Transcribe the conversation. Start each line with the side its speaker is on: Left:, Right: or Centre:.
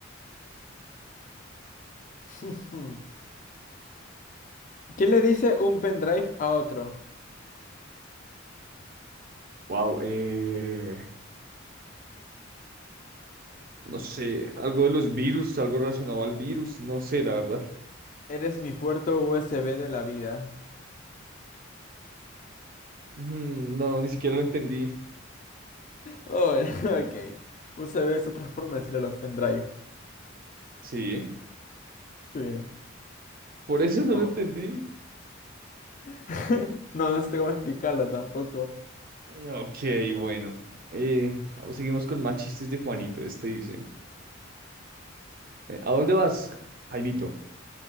Left: <laughs> ¿Qué le dice un pendrive a otro?
Right: Wow, eh, no sé, algo de los virus, algo relacionado al virus, no sé, la verdad.
Left: Eres mi puerto USB de la vida.
Right: Mm, No, ni siquiera lo entendí.
Left: Oh, <laughs> ok. USB es otra forma de decirle a los pendrive.
Right: Sí,
Left: Sí.
Right: por eso no
Left: Oh.
Right: lo entendí.
Left: <laughs> No, no sé cómo explicarlo tampoco.
Right: Ok, bueno. Eh, ah, pues seguimos con más chistes de Juanito. Este dice, eh, ¿a dónde vas, Jaimito?